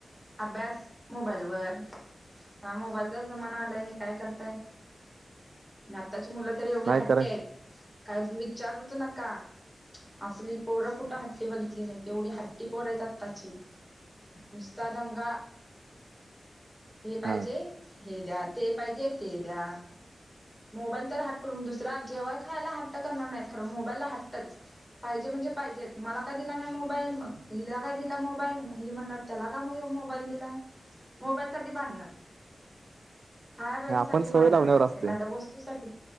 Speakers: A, in the centre; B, on the right (about 75°).
A: अभ्यास मोबाईल वर मोबाईलचाच जमाना आलाय नाही काय करताय आताची मुलं तरी एवढ्या
B: नाही
A: हट्टे
B: खरं
A: आहेत. कांहीच विचारूचं नका. असली पोरं कुठे हट्टी बघितली नाही तेवढी हट्टी पोर आहेत आत्ताची. नुस्ता दंगा. हे पाहिजे,
B: हा
A: हे द्या, ते पाहिजे, ते द्या. मोबाईल तर हटून दुसरा जेवाय खायला हट्ट करणार नाहीत खरं मोबाईलला हटच. पाहिजे म्हणजे पाहिजेच मला काय दिला नाही मोबाईल मग हिला काय दिला मोबाईल मग हे म्हणणार त्याला का म्ह मोबाईल दिला मोबाईल साठी भांडण.
B: <inaudible>
A: खायबाजी
B: नाही, आपण
A: साठी
B: सवय
A: भांडणं
B: लावण्यावर
A: नाही
B: असते
A: एखाद्या वस्तूसाठी